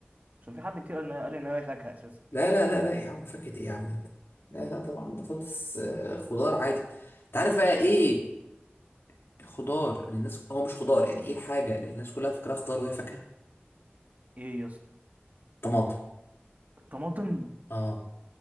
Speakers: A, on the right; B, on the left.
A: عشان في حد كتير قال قال ان هي فاكهة اساسا
B: لا لا لا لا يا عم فاكهة ايه يا عم انت لا لا طبعا بطاطس آه، خضار عادي انت عارف بقى ايه الخضار اللي الناس هو مش خضار يعني ايه الحاجة اللي الناس كلها فاكراها خضار وهي فاكهة
A: ايه يا اسطى
B: طماطم
A: الطماطم
B: اه